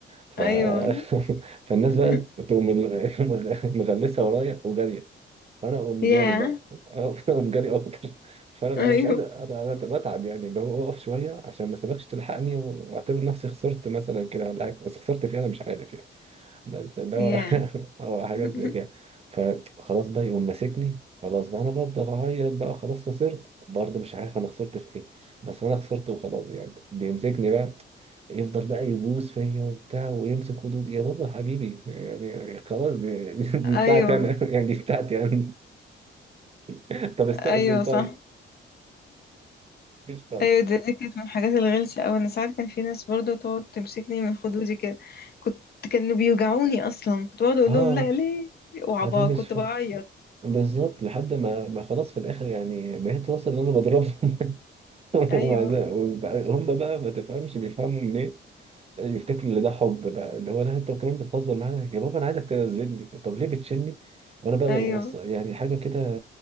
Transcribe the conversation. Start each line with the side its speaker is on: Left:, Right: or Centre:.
Right: ف...
Left: ايوه
Right: <laughs> فالناس
Left: <laughs>
Right: بقى تقوم ال- <laughs> مغلسه ورايا وجاريه فانا اقوم
Left: يا
Right: جاري بقى اه <laughs> فانا اقوم جاري اكتر فانا بقى
Left: ايوه
Right: أنا مش قادر انا أنا بتعب يعني اللي هو اقف شويه عشان ما سيبكش تلحقني واعتبر نفسي خسرت مثلا كده ولا حاجه بس خسرت فيها انا مش عارف يعني بس اللي هو
Left: يا
Right: <laughs> هو حاجات
Left: <laughs>
Right: زي كده فخلاص بقى يقوم ماسكني خلاص بقى انا بفضل اعيط بقى خلاص خسرت برضه مش عارف انا خسرت في ايه بس انا خسرت وخلاص يعني بيمسكني بقى يفضل بقى يبوس فيا وبتاع ويمسك خدود يا بابا حبيبي يعني خلاص دي, دي بتاعتي
Left: ايوه
Right: انا <laughs> يعني دي بتاعتي انا <laughs> طب استأذن
Left: ايوه
Right: طيب
Left: صح
Right: مش خالص
Left: ايوه دي, دي كانت من الحاجات الغلسه اوي انا ساعات كان في ناس برضو تقعد تمسكني من خدودي كده كنت كانوا بيوجعوني اصلا كنت بقعد اقول
Right: اه
Left: لهم لا ليه وعبا
Right: انا مش
Left: كنت
Right: فاهم
Left: بعيط
Right: بالظبط لحد ما ما خلاص في الاخر يعني بقيت واصل ان انا بضربهم
Left: ايوه
Right: ومع ذلك- وبقى- هم بقى ما تفهمش بيفهموا منين يفتكروا ان ده حب بقى اللي هو لا انت كمان بتهزر معايا يا بابا انا عايزك تنزلني طب ليه بتشيلني وانا بقى
Left: ايوه
Right: ببص يعني حاجه كده